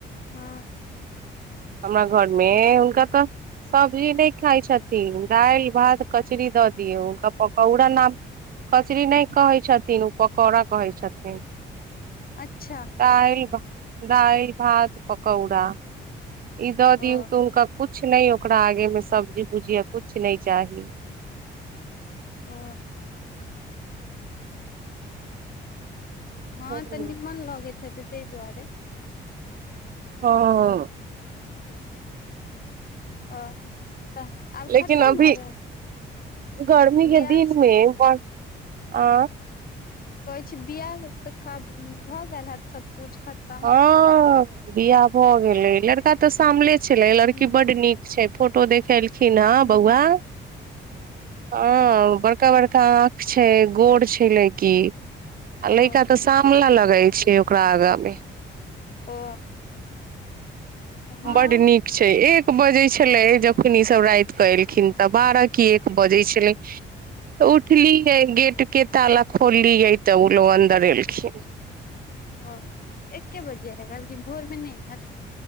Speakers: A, on the left (about 50°); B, on the right (about 45°).
A: हँ
B: हमरा घरमे हुनका तऽ सब्जी नहि खाइ छथिन दालि भात कचरी दऽ दियौ हुनका पकौड़ा नाम कचरी नहि कहै छथिन ओ पकौड़ा कहै छथिन
A: अच्छा
B: दाल दालि भात पकौड़ा ई दऔ इ द दियौ
A: ओ
B: त हुनका कुछ नहि ओकरा आगे मे सब्जी भुजीआ कुछ न चाही
A: ओ हँ
B: हूँ
A: तऽ निमन लगैत छै ताहि दुआरे
B: ओह
A: हूँ ओ तऽ आब
B: लेकिन
A: खतम
B: अभी
A: भऽ गेल
B: गर्मी
A: बियाह
B: के दिन
A: शादी
B: मे ब आ
A: कहै छी बिआह तऽ भऽ गेल हेत सबकुछ खतम
B: हं बियाह भऽ गेले लड़का तऽ सामले छले लड़की
A: हूँ
B: बड नीक छय फोटो देखेलखिन हँ
A: हूँ
B: बौआ ह
A: हूँ
B: बड़का बड़का आँख छै गोर छै लैकी आ लैका
A: ओ
B: तऽ सामला लगैत छै ओकरा आगाँ मे
A: ओ हँ
B: बड नीक छै एक बजै छलै जखन ईसभ रात कऽ एलखिन तऽ बारह की एक बजै छलै उठलीये गेट के ताला खोललीे तऽ ओ लोग अन्दर एलखिन
A: ओ एके बजे ह कलक भोरमे नहि